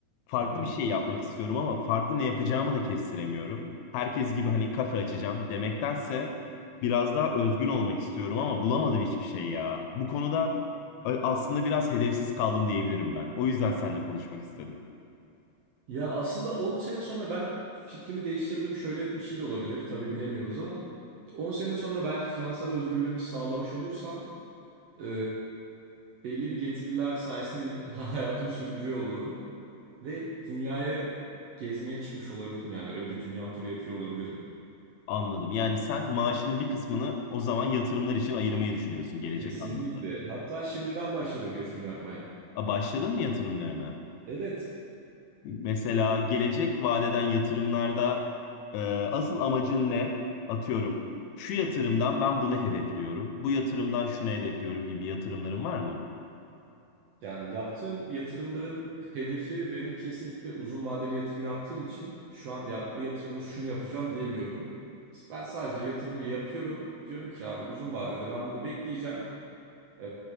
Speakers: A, on the left; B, on the right.
A: farklı
B: Hı hı.
A: bir şey yapmak istiyorum ama farklı ne yapacağımı da kestiremiyorum. Herkes gibi hani kafe açacağım demektense biraz daha özgün olmak istiyorum ama bulamadım hiçbir şey ya. Bu konuda a- aslında biraz hedefsiz kaldım diyebilirim ben. O yüzden seninle konuşmak istedim.
B: Ya aslında 10 sene sonra ben fikrimi değiştirdim. Şöyle bir şey de olabilir. Tabii bilemiyoruz ama 10 sene sonra belki finansal özgürlüğümü sağlamış olursam e, belli bir getiriler sayesinde <laughs> hayatımı sürdürüyor olurum. Ve dünyaya gezmeye çıkmış olabilirim yani. Öyle bir dünya turu yapıyor olabilirim.
A: Anladım. Yani sen maaşının bir kısmını o zaman yatırımlar için ayırmayı düşünüyorsun gelecek
B: Kesinlikle.
A: anlamda.
B: Hatta şimdiden başladım yatırım yapmaya.
A: A, başladın mı yatırımlarına?
B: Evet.
A: Mesela gelecek vadeden yatırımlarda e, asıl amacın ne? Atıyorum. Şu yatırımdan ben bunu hedefliyorum. Bu yatırımdan şunu hedefliyorum gibi yatırımların var mı?
B: Yani yaptığım yatırımların hedefi benim kesinlikle uzun vadeli yatırım yaptığım için şu an yani o yatırımla şunu yapacağım diyemiyorum. Ben sadece yatırımı yapıyorum. Diyorum ki abi uzun vadede ben bunu bekleyeceğim. Ee,